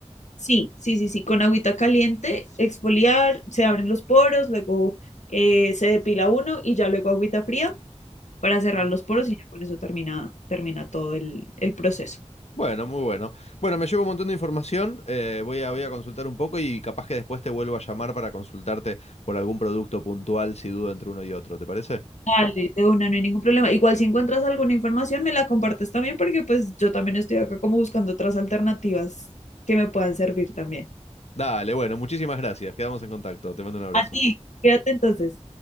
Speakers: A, on the left; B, on the left.
A: Sí, sí, sí, sí, con agüita caliente, exfoliar, se abren los poros, luego eh, se depila uno y ya luego agüita fría para cerrar
B: Ajá.
A: los poros y ya con eso termina, termina todo el, el proceso.
B: Bueno, muy bueno. Bueno, me llevo un montón de información, eh, voy a, voy a consultar un poco y capaz que después te vuelvo a llamar para consultarte por algún producto puntual si dudo entre uno y otro, ¿te parece?
A: Dale, de una, no hay ningún problema. Igual si encuentras alguna información, me la compartes también porque pues yo también estoy acá como buscando otras alternativas que me puedan servir también.
B: Dale, bueno, muchísimas gracias, quedamos en contacto, te mando un abrazo.
A: A ti, quédate entonces.